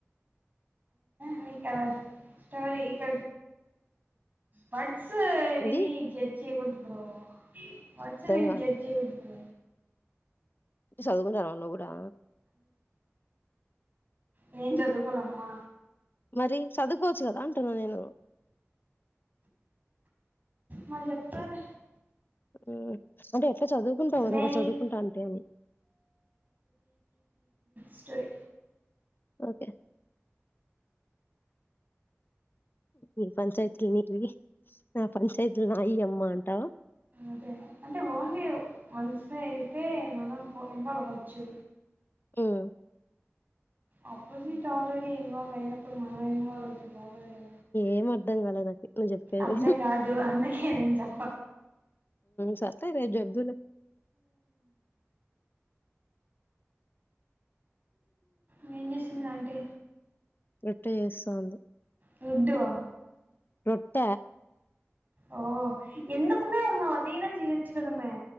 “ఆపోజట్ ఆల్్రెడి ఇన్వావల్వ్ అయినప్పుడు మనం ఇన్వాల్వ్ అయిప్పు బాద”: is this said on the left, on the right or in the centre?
Right